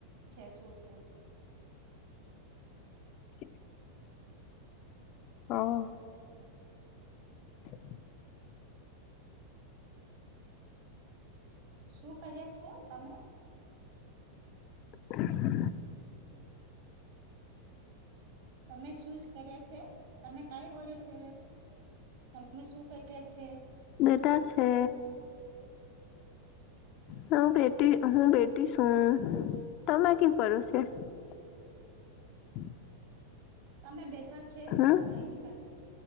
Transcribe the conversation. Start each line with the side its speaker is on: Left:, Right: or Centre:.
Right: છે શું છે.
Left: <inaudible> આઆ <unintelligible>
Right: શું કરીએ છે તમે
Left: <unintelligible>
Right: તમે શું કર્યા છે, તમે કઈ હોડ્યો છે. તમે શું કર્યા છે.
Left: બેટા છે. હ બેટી હુ બેટી છુ, તમે શુ કરો છો. <unintelligible>
Right: તમે બેઠા છે
Left: હમ
Right: કઈ નીક